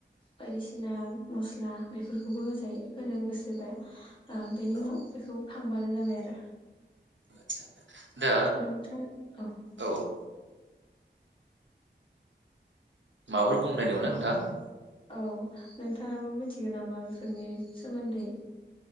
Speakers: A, on the left; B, on the right.
A: बायदिसिना मस्ला बेफोरखौबो होजायो होनो गोसोबा ओ बेनि
B: औ
A: उनाव बेखौ खांबानो जाबाय आरो।
B: आदसा दा
A: नोंथां औ।
B: ओ औ माबाफोर बुंनो नागिरदोंमोनना नोंथाङा?
A: औ नोंथाङाबो मिथिगोन नामा बेफोरनि सोमोन्दै?